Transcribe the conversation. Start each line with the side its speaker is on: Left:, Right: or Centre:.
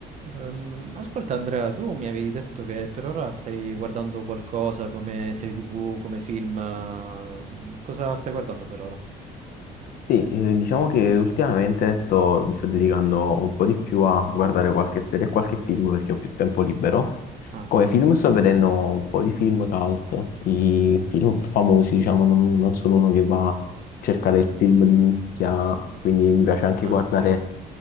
Right: Ehm, ascolta Andrea, tu mi avevi detto che per ora stai guardando qualcosa come serie TV, come film. ehm, cosa stai guardando per ora?
Left: Sì, eh, diciamo che ultimamente sto- mi sto dedicando un po' di più a guardare qualche serie e qualche film perché ho più tempo libero.
Right: Ah,
Left: Come film sto
Right: ok.
Left: vedendo un po' di film cult, i film famosi, diciamo, non, non sono uno che va a cercare il film di nicchia, quindi mi piace anche
Right: Ah,
Left: guardare
Right: ok.